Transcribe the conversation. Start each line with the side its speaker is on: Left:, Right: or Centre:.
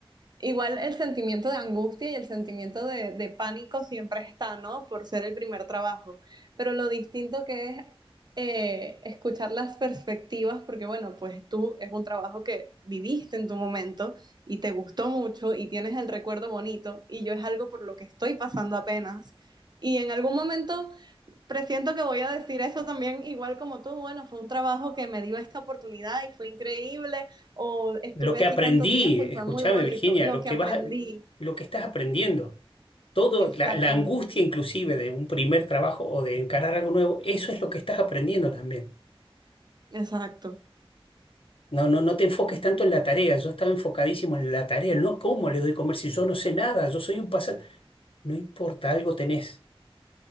Right: Igual el sentimiento de angustia y el sentimiento de, de pánico siempre está, ¿no? Por ser el primer trabajo. Pero lo distinto que es eh, escuchar las perspectivas, porque bueno, pues tú es un trabajo que viviste en tu momento y te gustó mucho y tienes el recuerdo bonito y yo es algo por lo que estoy pasando apenas. Y en algún momento Presiento que voy a decir eso también, igual como tú, bueno, fue un trabajo que me dio esta oportunidad y fue increíble, o estuve
Left: Lo que
Right: aquí
Left: aprendí,
Right: tanto tiempo y
Left: escúchame
Right: fue muy bonito,
Left: Virginia,
Right: lo
Left: lo
Right: que
Left: que
Right: aprendí.
Left: vas, lo que estás aprendiendo. Todo,
Right: Exactamente.
Left: la, la angustia inclusive de un primer trabajo o de encarar algo nuevo, eso es lo que estás aprendiendo también.
Right: Exacto.
Left: No, no, no te enfoques tanto en la tarea. Yo estaba enfocadísimo en la tarea. No, ¿cómo le doy comer si yo no sé nada? Yo soy un pasante. No importa, algo tenés.